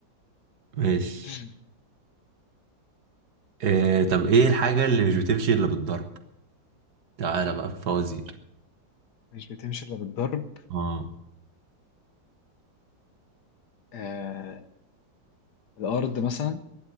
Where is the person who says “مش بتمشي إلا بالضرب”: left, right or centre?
Left